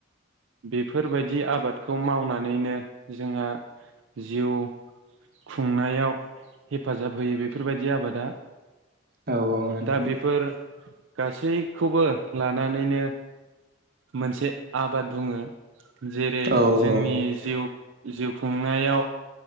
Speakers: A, on the right; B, on the right.
A: बेफोरबायदि आबादखौ मावनानैनो जोंहा जिउ खुंनायाव हेफाजाब होयो बेफोरबायदि आबादा।
B: औ नोंथां
A: दा बेफोर गासैखौबो लानानैनो मोनसे आबाद बुङो। जेरै
B: औ
A: जोंनि
B: औ
A: जिउ जिउ खुंनायाव